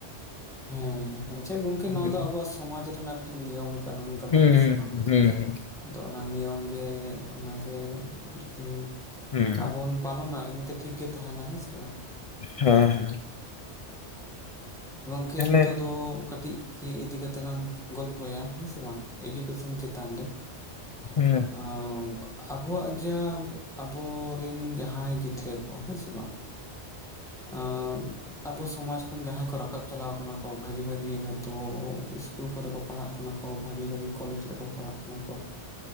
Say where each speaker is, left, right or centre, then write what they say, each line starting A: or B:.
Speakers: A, in the centre; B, on the left (about 55°).
A: ᱦᱮᱸ ᱟᱪᱪᱷᱟ ᱜᱚᱝ ᱠᱮ ᱱᱚᱣᱟ
B: ᱦᱩᱸ
A: ᱫᱚ ᱟᱵᱚᱣᱟᱜ ᱥᱚᱢᱟᱡᱽ ᱨᱮᱱᱟᱜ ᱢᱤᱫᱴᱤᱡ ᱱᱤᱭᱚᱢ ᱠᱟᱹᱱᱩᱱ ᱠᱟᱱᱟ,
B: ᱦᱩᱸ
A: ᱦᱮᱸ ᱥᱮ ᱵᱟᱝ᱾
B: ᱦᱩᱸ
A: ᱟᱫᱚ ᱚᱱᱟ ᱱᱤᱭᱚᱢᱜᱮ ᱚᱱᱟᱜᱮ ᱡᱩᱫᱤ
B: ᱦᱩᱸ
A: ᱟᱵᱚᱱ ᱯᱟᱞᱚᱱᱟ ᱤᱱᱟᱹ ᱛᱮ ᱴᱷᱤᱠ ᱜᱮ ᱛᱟᱦᱮᱸᱱᱟ, ᱦᱮᱸ ᱥᱮ ᱵᱟᱝ᱾
B: ᱦᱮᱸ ᱦᱮᱸ᱾
A: ᱠᱮ
B: ᱛᱟᱦᱞᱮ
A: ᱱᱤᱛᱚᱜ ᱫᱚ ᱠᱟᱹᱴᱤᱡ ᱤᱭᱟᱹ ᱤᱫᱤ ᱠᱟᱛᱮ ᱞᱟᱝ ᱜᱚᱞᱯᱚᱭᱟ ᱦᱮᱸ ᱥᱮ ᱵᱟᱝ᱾ ᱮᱡᱩᱠᱮᱥᱚ ᱚᱱ ᱪᱮᱛᱟᱱ ᱨᱮ᱾
B: ᱟᱫᱚ
A: ᱟᱸ ᱟᱵᱚᱣᱟᱜ ᱡᱟᱹᱵᱽ ᱟᱵᱚᱨᱤᱱ ᱡᱟᱦᱟᱸᱭ ᱜᱤᱫᱽᱨᱟᱹ ᱠᱚ ᱦᱮᱸ ᱥᱮ ᱵᱟᱝ᱾ ᱟᱺ ᱟᱵᱚ ᱥᱚᱢᱟᱡ ᱠᱷᱚᱱ ᱡᱟᱦᱟᱸᱭ ᱠᱚ ᱨᱟᱠᱟᱵ ᱪᱟᱞᱟᱣ ᱟᱠᱟᱱᱟ ᱠᱚ᱾ ᱵᱷᱟᱜᱤ ᱵᱷᱟᱜᱤ ᱦᱚᱭᱛᱳ ᱤᱥᱠᱩᱞ ᱠᱚᱨᱮ ᱠᱚ ᱯᱟᱲᱦᱟᱜ ᱠᱟᱱᱟ ᱠᱚ, ᱵᱷᱟᱜᱤ ᱵᱷᱟᱜᱤ ᱠᱚᱞᱮᱡᱽ ᱨᱮᱠᱚ ᱯᱟᱲᱦᱟᱜ ᱠᱟᱱᱟ ᱠᱚ᱾